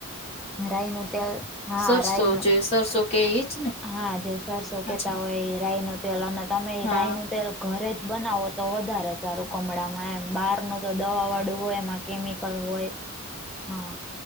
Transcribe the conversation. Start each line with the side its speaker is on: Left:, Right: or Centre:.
Centre: રાય નું ત્યા હા
Left: સરસો
Centre: રાય ન
Left: જે સરસો કે એજ ને
Centre: હા જે સર શકતા
Left: હાચી
Centre: હોય હિરાઈ નું તેલ અને તમે હિરાઈ
Left: હા
Centre: નું તેલ ઘરે જ બનાવો તો વધારે સારું કમળમાં એમ બહાર નું તો દવા વાળું હોય એમાં મિકલ હોય હા